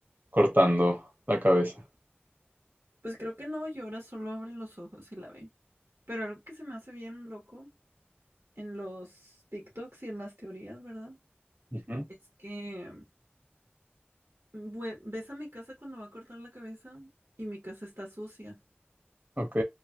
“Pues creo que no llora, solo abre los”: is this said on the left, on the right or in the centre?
Right